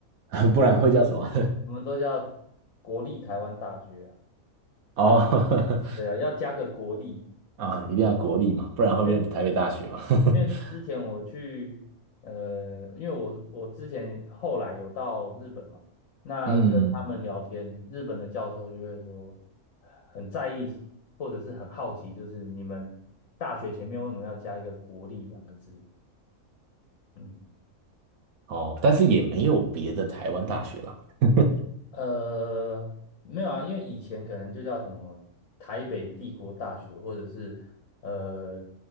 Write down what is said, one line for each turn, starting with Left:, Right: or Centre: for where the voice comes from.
Right: <laughs> 不然会叫什么？
Left: 我们都叫国立台湾大学啊，
Right: <laughs> 哦，
Left: 对啊，要加个国立，
Right: <laughs> 啊，一定要国立嘛，不然会变台北大学嘛。
Left: 因为
Right: <laughs>
Left: 因为之前我去，呃，因为我我之前后来有到日本嘛，那跟他们聊天，
Right: 嗯，
Left: 日本的教授就会说很在意或者是很好奇，就是你们大学前面为什么要加一个国立两个字？嗯。
Right: 哦，但是也没有别的台湾大学啦。<laughs>
Left: 呃，没有啊，因为以前可能就叫什么台北帝国大学，或者是呃